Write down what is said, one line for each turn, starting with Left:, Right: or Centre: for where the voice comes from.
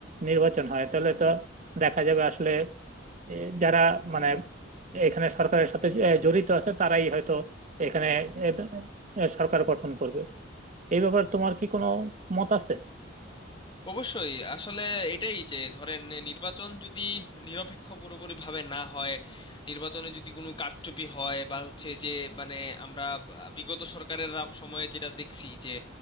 Right: নির্বাচন হয় তাহলে তো দেখা যাবে আসলে এ, যারা মানে এখানে সরকারের সাথে এ, জড়িত আছে তারাই হয়তো এখানে এ, এ, সরকার গঠন করবে এই ব্যাপারে তোমার কি কোনো মত আছে
Left: অবশ্যই আসলে এটাই যে ধরেন নির্বাচন যদি নিরপেক্ষ পুরোপুরি ভাবে না হয় নির্বাচনে যদি কোনো কারচুপি হয় বা হচ্ছে যে মানে আমরা বা- বিগত সরকারের রা- সময়ে যেটা দেখছি যে